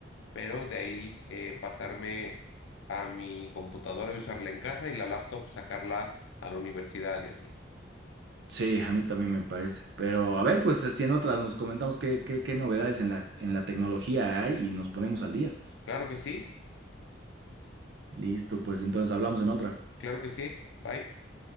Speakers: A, on the left; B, on the right.
A: pero de ahí eh, pasarme a mi computadora y usarla en casa y la laptop sacarla a la universidad y así.
B: Sí, a mí también me parece. Pero a ver, pues si en otras nos comentamos qué, qué, qué novedades en la, en la tecnología hay y nos ponemos al día.
A: Claro que sí,
B: Listo, pues entonces hablamos en otra.
A: claro que sí. Bye.